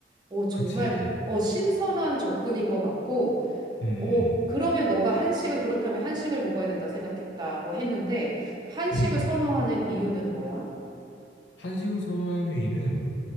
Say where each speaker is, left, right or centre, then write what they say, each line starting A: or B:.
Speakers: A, on the right; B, on the left.
A: 어, 정말,
B: 그치.
A: 어, 신선한 접근인 것 같고,
B: 음,
A: 어, 그러면 너가 한식을 그렇다면 한식을 먹어야 된다 생각했다고 했는데 한식을
B: 음.
A: 선호하는 이유는 뭐야?
B: 한식을 선호하는 이유는